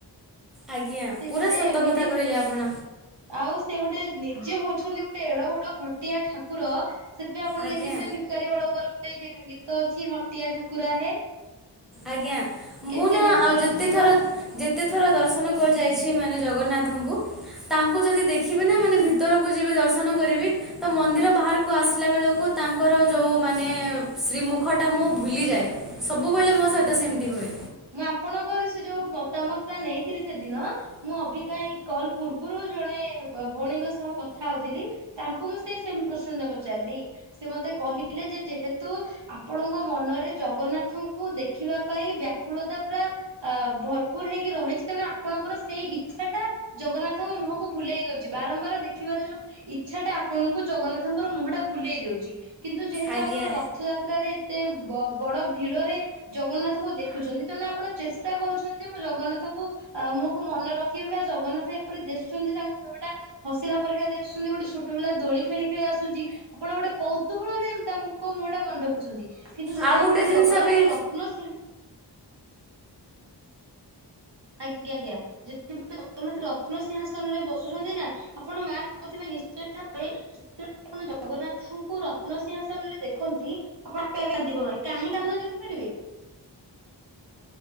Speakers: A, in the centre; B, on the right.
A: ଆଜ୍ଞା
B: ସେ
A: ପୁରା
B: ଗୋଟେ
A: ସତ
B: ଏମିତି
A: କଥା କହିଲେ ଆପଣ
B: ଆଉ ସେ ଗୋଟେ ନିଜେ ହଉଛନ୍ତି ଗୋଟେ ଗୋଟେ ଏଡ ବଡ ଖଟିଆ ଠାକୁର ସେଥିପାଇଁପଣ
A: ଆଜ୍ଞା
B: ଦେଖିଥେ ବିକାରୀଳଙ୍କର ଗୋଟେଇଠିଆ ଗୀତ ତ ଅଛି ହଟିଆ ଠାକୁରା ହେ
A: ଆଜ୍ଞା ମୁଁ
B: କେତେ
A: ନା
B: ନାଟ
A: ଆଉ ଯେତେ
B: ରଚିବ
A: ଥର ଯେ କେତେ ଥର ଦର୍ଶନ କରି ଯାଇଛି ମାନେ ଜଗନ୍ନାଥଙ୍କୁ ତାଙ୍କୁ ଯଦି ଦେଖିବି ନା ମାନେ ଭିତରକୁ ଯିବି ଦର୍ଶନ କରିବି ତ ମନ୍ଦିର ବାହାରକୁ ଆସିଲା ବେଳକୁ ତାଙ୍କର ଯଉ ମାନେ ଶ୍ରୀମୁଖଟା ମୁଁ ଭୁଲି ଯାଏ ସବୁବେଳେ ମୋ ସହିତ ସେମିତି ହୁଏ।
B: ମୁଁ ଆପଣଙ୍କର ସେ ଯୋଉ ମତାମତ ଟା ନେଇଥିଲି ସେଦିନ ମୁଁ ଅବିକା ଏଇ କଲ ପୂର୍ବରୁ ଜଣେ ଭ-ଭଉଣୀଙ୍କ ସହ କଥା ହଉଥିଲି ତାଙ୍କୁ ମୁଁ ସେ ସେମ ପ୍ରଶ୍ନଟା ପଚାରିଲି ସେ ମତେ କହିଲେ ଯେ ଯେହେତୁ ଆପଣଙ୍କ ମନରେ ଜଗନ୍ନାଥଙ୍କୁ ଦେଖିବା ପାଇଁ ବ୍ୟା କୁୂଳତା ପୁରା ଅ ଭରପୁର ହେଇକି ରହିଛି ତେଣୁ ଆପଣଙ୍କର ସେଇ ଇଚ୍ଛା ଟା ଜଗନ୍ନାଥଙ୍କ ମୁହଁକୁ ଭୁଲେଇ ଦଉଛି ବାରମ୍ବାର ଦେଖିବାର ଯୋଉ ଇଚ୍ଛାଟା ଆପଣଙ୍କୁ ଜଗନ୍ନାଥଙ୍କର ମୁହଁ ଟା ଭୁଲେଇ ଦଉଛି- କିନ୍ତୁ ଯେହେତୁ
A: ଆଜ୍ଞା
B: ଆପଣ ରଥଯାତ୍ରାରେ ଏତେ ବ-ବଡ ଭିଡରେ ଜଗନ୍ନାଥ ଙ୍କୁ ଦେଖୁଛନ୍ତି ତେଣୁ ଆପଣ ଚେଷ୍ଟା କରୁଛନ୍ତି ଯେ ମୁଁ ଜଗନ୍ନାଥଙ୍କୁ ମୁହକୁ ମନେ ରଖିବି ବା ଜଗନ୍ନାଥ ଏପରି ଦେଶୁଛନ୍ତି ତାଙ୍କ ମୁହଁ ଟା ହସିଲା ପରିକା ଦିଶୁଛନ୍ତି ଗୋଟେ ଛୋଟ ପିଲା ଦୋଳି ଖେଳି ଖେଳି ଆସୁଛି ଆପଣ ଗୋଟେ କୌତୁହଳ ରେ ତାଙ୍କ ମୁହଁ ଟା ମନେ ରଖୁଛନ୍ତି। କିନ୍ତୁ ଯେତେବେଳେ
A: ଆଉ ଗୋଟେ ଜିନିଷ
B: ଜଗନ୍ନାଥ
A: ବି
B: ରତ୍ନସିଂହ ଆଜ୍ଞା ଆଜ୍ଞା ଯେତେବେଳେ ଜଗନ୍ନାଥ ରତ୍ନସିିଂହାସନରେ ବସୁଛନ୍ତି ନା ଆପଣ ମାର୍କ କରିଥିବେ ନିଶ୍ଚୟ ଭାବେ ଆପଣ ଜଗନ୍ନାଥଙ୍କୁ ରତ୍ନସିିଂହାସନ ରେ ଦେଖନ୍ତି ଆପଣ ଆପେ ଆପେ କାନ୍ଦି ପକାନ୍ତି କାହିଁ କାନ୍ଦନ୍ତି କହିପାରିବେ।